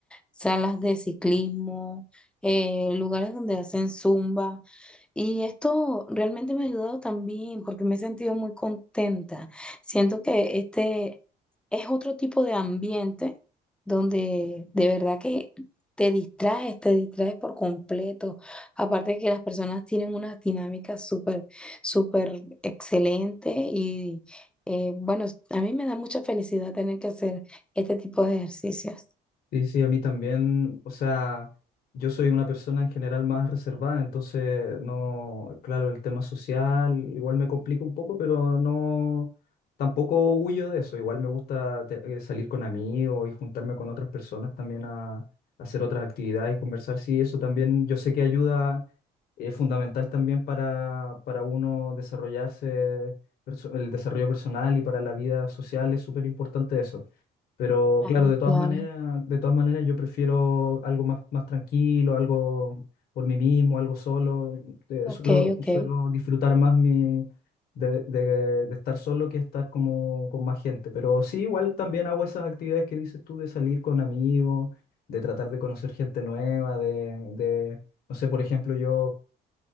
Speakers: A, in the centre; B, on the left.
A: salas de ciclismo, eh, lugares donde hacen zumba. Y esto realmente me ha ayudado también porque me he sentido muy contenta. Siento que este es otro tipo de ambiente donde de verdad que te distraes, te distraes por completo. Aparte de que las personas tienen unas dinámicas súper, súper excelentes y eh, bueno, a mí me da mucha felicidad tener que hacer este tipo de ejercicios.
B: Sí, sí, a mí también, o sea, yo soy una persona en general más reservada, entonces no, claro, el tema social igual me complica un poco, pero no, tampoco huyo de eso, igual me gusta te- eh, salir con amigos y juntarme con otras personas también a, a hacer otras actividades y conversar, sí, eso también yo sé que ayuda, es fundamental también para, para uno desarrollarse, perso- el desarrollo personal y para la vida social es súper importante eso. Pero
A: Claro,
B: claro, de todas
A: claro.
B: maneras, de todas maneras yo prefiero algo más, más tranquilo, algo por mí mismo, algo solo. Eh,
A: Ok,
B: suelo,
A: ok,
B: suelo disfrutar más mi, de, de- de estar solo que estar como con más gente. Pero sí, igual también hago esas actividades que dices tú de salir con amigos, de tratar de conocer gente nueva, de, de no sé, por ejemplo, yo